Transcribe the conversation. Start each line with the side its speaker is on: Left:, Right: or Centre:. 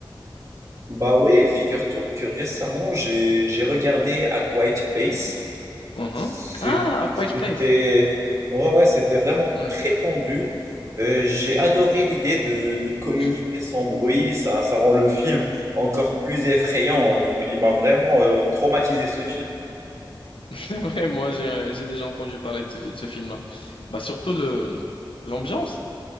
Right: Bah ouais, figure-toi que récemment, j'ai, j'ai regardé A Quiet Place.
Left: Mhm.
Right: C'est-
Left: Ah, A Quiet
Right: C'était
Left: Place.
Right: ouais, ouais, c'était vraiment
Left: Ouais.
Right: très tendu. Euh, j'ai adoré l'idée de, de communiquer
Left: J'ai-
Right: sans bruit. Ça, ça rend le film encore plus effrayant. Euh, Il m'a il m'a vraiment euh, traumatisé ce film.
Left: <laughs> C'est vrai, moi j'ai euh, j'ai déjà entendu parler de ce, de ce film-là. Bah surtout le l'ambiance